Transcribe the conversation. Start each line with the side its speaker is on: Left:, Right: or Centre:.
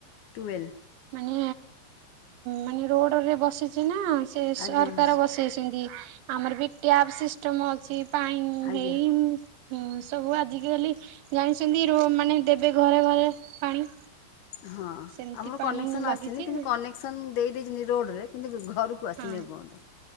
Left: ଟୁଏଲ୍।
Right: ମାନେ ମାନେ ରୋଡରେ ବସିଚି ନା ସେ ସରକାର
Left: ଆଜ୍ଞା ହଁ
Right: ବସେ ସେ ସେମିତି ଆମର ବି ଟ୍ୟାବ୍ ସିଷ୍ଟମ ଅଛି ପାଣି
Left: ଆଜ୍ଞା
Right: ହେଇ ହୁଁ ସବୁ ଆଜିକାଲି ଜାଣିଛନ୍ତି ରୋ ମାନେ ଦେବେ ଘରେ ଘରେ ପାଣି।
Left: ହଁ
Right: ସେମିତି
Left: ଆମର
Right: ପାଣି
Left: କନେକ୍ସନ
Right: ଲାଗିଛି
Left: ଆସିନି କିନ୍ତୁ
Right: ହଁ।
Left: କନେକ୍ସନ ଦେଇ ଦେଇଛନ୍ତି ରୋଡରେ କିନ୍ତୁ ଘରକୁ ଆସିନି
Right: ହଁ
Left: ଏପର୍ଯ୍ୟନ୍ତ।